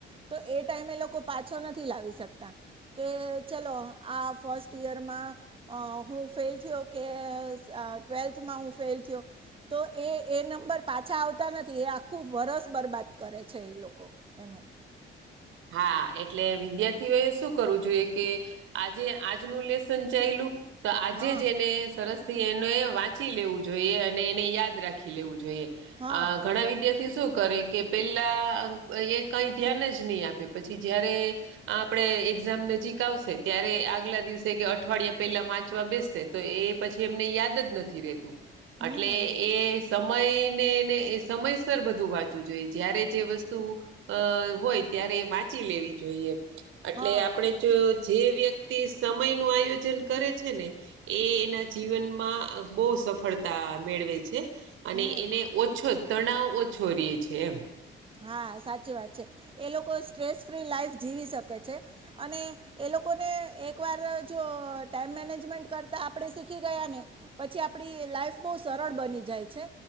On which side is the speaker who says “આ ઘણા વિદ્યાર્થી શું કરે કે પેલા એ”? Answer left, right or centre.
Right